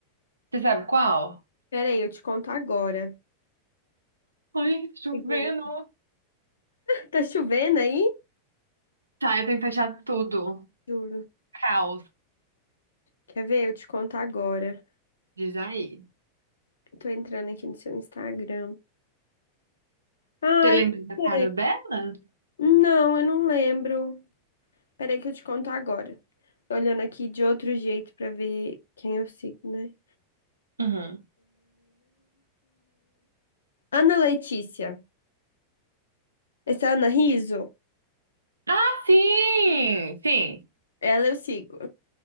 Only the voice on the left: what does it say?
Peraí, eu te conto agora.
Sigo- Tá chovendo aí?
Juro.
Quer ver? Eu te conto agora.
Tô entrando aqui no seu Instagram. Ai,
é.
não, eu não lembro. Peraí que eu te conto agora. Tô olhando aqui de outro jeito pra ver quem eu sigo, né?
Ana Letícia. Essa é a Ana Riso?
Ela eu sigo.